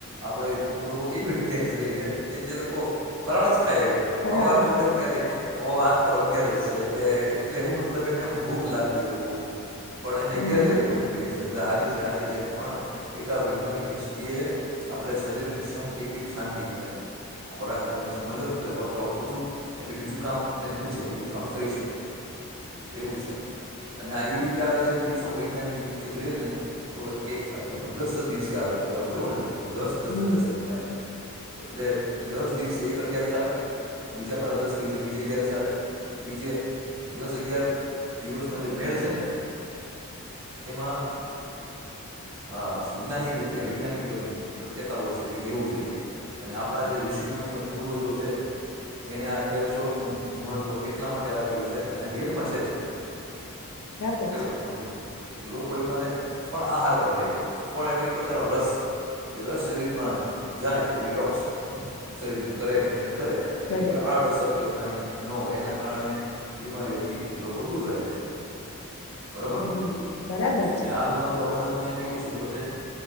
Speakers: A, on the right (about 60°); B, on the left (about 70°).
A: આપડે અમુક લોકો એવી <unintelligible> રહી છે કે જે લોકો ફરાળ જ ખાયા કરે
B: ફરાળ
A: હવાર ના
B: જ
A: ઉડે ત્યારથી ઓ આજ તો અગિયારસ છે એટલે એટલે હું મત મતલબ એને ભૂખ લાગતી હોય બહુ પણ એને
B: હમ
A: અગિયારસ હોય તેની સ હારી છે હાચી છે પણ એક વૈજ્ઞાનિક દ્રષ્ટિએ આપડે શરીરને એક દિવસ શાં તી મળે ખોરાક તમેને તો વર્કઆઉટ ઓછું એટલે બીજું કામ એને ખુજે બીજું કામ કરી શકે એવું છે અને એ
B: હા
A: રીતે આવે છે દિવસો વૈજ્ઞાનિક દ તે જોઈએ ને તો એક દસ દસ દિવસે આવે ટોટલમ જોઓ ને તો દસ દસ
B: હમ
A: ને દસ એમ થાય એટલે દસ દિવસે એક અગિયારસ આવે બીજા પાછ દસ દિવસે બીજા અગિયારસ આવે એ જે દસ અગિયાર દિવસનોો જે મેળ છે ને એમાં હા વૈજ્ઞાનિક રીતે વૈજ્ઞાનિક એમ કતા હોય છે કે રેવું જોઈએ અને આપડા જે ઋષિમનિઓ પૂર્વજો છે એને આ અગિયારસો ન મહત્વ એટલા માટે આપેલું છે અને રિયલમાં છે જ
B: બરાબર
A: કે
B: છે
A: અલ લોકો એ બને ફળ આહાર પર રહે ફળ એટલે એક પ્રકારનો રસ એ રસ શરીરમાં જાય તો રિટોક્સ શરીરને કરે કરેને કરે
B: ઘરે
A: એની કોઈ આડઅસર કે એવું કઈ ન હોય એના કારણે બીમારીઓથી લોકો દૂર રહે બરોબર
B: હમ બરાબર
A: અને
B: છે
A: હાલમાં તો અમારે તો અહીં કેવું છે ખબર છે